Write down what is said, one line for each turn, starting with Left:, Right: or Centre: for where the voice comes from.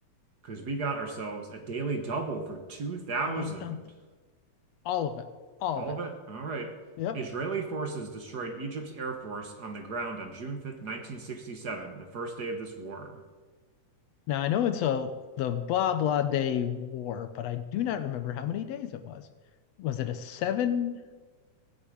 Right: Because we got ourselves a daily double for 2,000.
Left: Dun, dun, dun. all of it, all
Right: All
Left: of
Right: of
Left: it.
Right: it? All right.
Left: Yep.
Right: Israeli forces destroyed Egypt's air force on the ground on June 5th, 1967, the first day of this war.
Left: Now I know it's a the blah day war, but I do not remember how many days it was. Was it a seven,